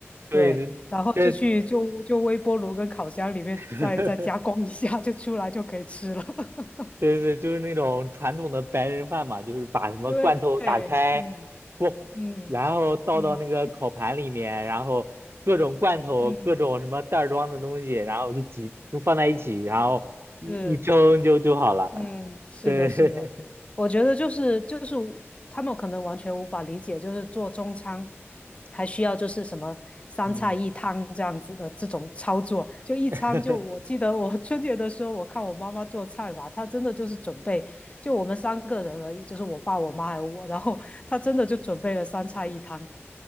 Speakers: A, on the right (about 55°); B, on the left (about 25°).
A: 对对对。
B: 对，然后就去就就微波炉跟烤箱里面再再加工一下，
A: <laughs>
B: 就出来就可以吃了。<laughs>
A: 对对，对，就是那种传统的白人饭嘛，就是把什么罐头打开，
B: 对，嗯
A: 咣，
B: 嗯
A: 然后倒到那个烤盘里面，
B: 嗯
A: 然后各种罐头、
B: 嗯，
A: 各种什么袋儿装的东西，然后就挤，就放在一起，然后一一蒸就就好了。
B: 是。
A: <laughs>
B: 嗯，是的，
A: 对，<laughs>
B: 是的，我觉得就是就是他们可能完全无法理解，就是做中餐还需要就是什么三菜一汤这样子的这种操作，
A: 嗯，
B: 就一餐就我记得我
A: <laughs>
B: <laughs> 春节的时候，我看我妈妈做菜吧，她真的就是准备就我们三个人而已，就是我爸、我妈还有我，然后 <laughs> 她真的就准备了三菜一汤，